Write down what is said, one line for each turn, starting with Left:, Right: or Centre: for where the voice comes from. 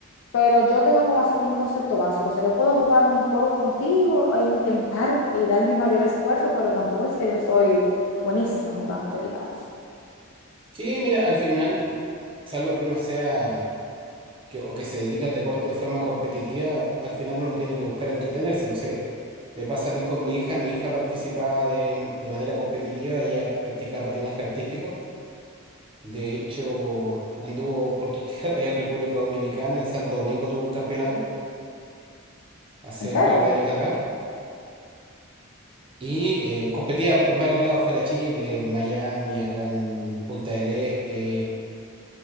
Left: pero yo tengo como así como un concepto básico. O sea, yo puedo jugar un juego contigo e intentar y dar mi mayor esfuerzo, pero tampoco es que yo soy buenísima jugando, que digamos.
Right: Sí, mira, al final salvo que uno sea que, o que se dedique al deporte de forma competitiva, al final uno tiene que buscar entretenerse, no sé. Me pasa a mí con mi hija, mi hija participaba de, de manera competitiva, ella practica patinaje artístico. De hecho, anduvo por tus <laughs> tierras allá en República Dominicana, en Santo Domingo tuvo un campeonato hace
Left: ¿En serio?
Right: un par de años atrás y eh, competía en varios lados fuera de Chile, en Miami, acá en Punta del Este,